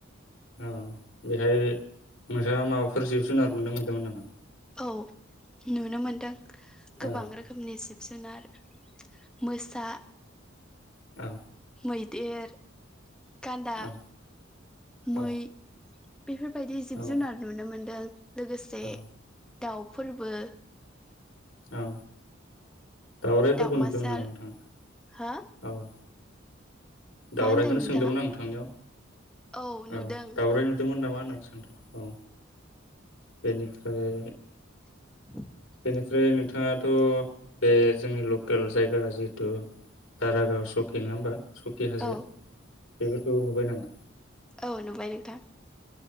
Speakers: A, on the left (about 75°); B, in the centre.
A: औ बेहाय नोंथाङा माबाफोर जिब जुनार नुनो मोन्दोंमोन नामा?
B: औ नुनो मोनदों गोबां
A: औ
B: रोखोमनिसिम जुनार मोसा
A: औ
B: मैदेर गान्दा
A: औ
B: मै
A: औ
B: बेफोरबायदि जिब
A: औ
B: जुनार नुनो मोन्दों लोगोसे
A: औ
B: दाउ फोरबो
A: औ दावरायफोरखौ
B: दाउमासार
A: नुदोंमोन नामा नोंथाङा
B: हो
A: औ। दावरायखौनो
B: मा होनदों नोंथाङा
A: सोंदोंमोन आं नोंथांनियाव।
B: औ नुदों
A: अ दाउराय नुदोंमोन नामा होननानै। सोंदों औ बेनिफ्राय
B: <inaudible>
A: बेनिफ्राय नोंथाङाथ' बे जोंनि लकेल जायगा जिहेतु दारागाव सकि नङा होमबा सक। दकि हाजो
B: औ
A: बेफोरखौ नुबाय नामा?
B: औ नुबाय नोंथां।